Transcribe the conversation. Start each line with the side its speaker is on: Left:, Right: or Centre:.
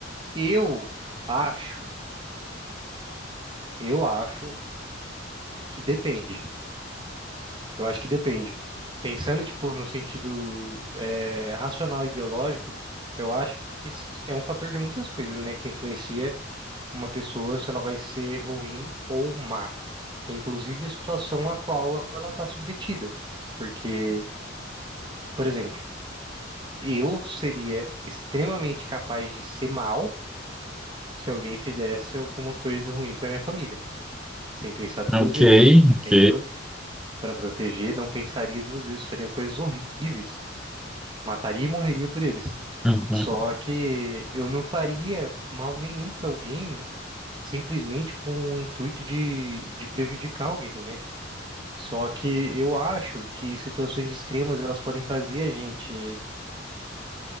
Right: eu acho, eu acho que depende. Eu acho que depende. Pensando, tipo, no sentido eh, racional e biológico, eu acho que s- é um fator de muitas coisas, né, que influencia uma pessoa se ela vai ser ruim ou má. Inclusive a situação a qual ela está submetida. Porque, por exemplo, eu seria extremamente capaz de ser mal se alguém fizesse alguma coisa ruim para minha família, sem pensar duas
Centre: Ok,
Right: vezes,
Centre: ok.
Right: entendeu? Para proteger, não pensaria duas vezes, faria coisas horríveis Mataria e morreria por eles.
Centre: Uhum.
Right: Só que eu não faria mal nenhum para alguém simplesmente com o intuito de, de prejudicar alguém, né? Só que eu acho que situações extremas elas podem fazer a gente